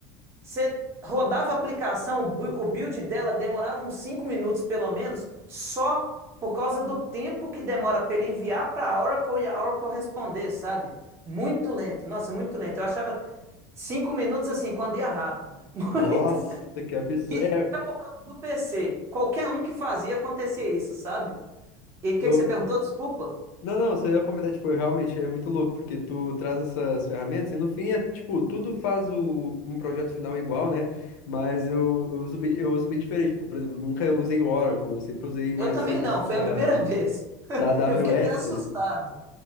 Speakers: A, on the right; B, on the left.
A: você rodava a aplicação, o build dela demorava uns 5 minutos pelo menos, só por causa do tempo que demora para ele enviar para a Oracle e a Oracle responder, sabe? Muito lento. Nossa, muito lento. Eu achava 5 minutos assim, quando ia rápido. <laughs> Muito.
B: Nossa, que absurdo.
A: E
B: É,
A: do PC, qualquer um que fazia acontecia isso, sabe? E o
B: eu,
A: que que você perguntou? Desculpa.
B: Não, não, você ia comentar, tipo, realmente é muito louco, porque tu traz essas ferramentas e no fim é, tipo, tudo faz o, um projeto final igual, né? Mas eu, eu uso bem, eu uso bem diferente, tipo, por exemplo, nunca usei o Oracle, eu sempre usei mais
A: Eu também
B: os serviços
A: não, foi
B: da,
A: a primeira vez. <laughs>
B: da AWS,
A: Eu fiquei até assustado.